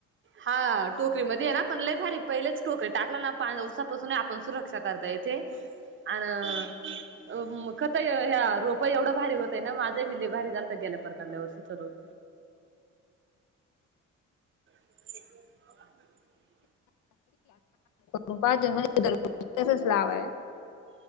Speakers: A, on the right (about 40°); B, on the left (about 80°).
A: हा टोकरीमध्ये आहे ना पण लय भारी पहिलेच टोकरी टाकला ना पाण्या दिवसापासून आपण सुरक्षा करता येते. आन अ ब खत ह्या रोप एवढं भारी होतय ना माझे बि लयी भारी झालतं गेल्या प प्रकारडल्यावर तिथं रोप. <inaudible>
B: ून पाच जण तच लाव आहे <unintelligible>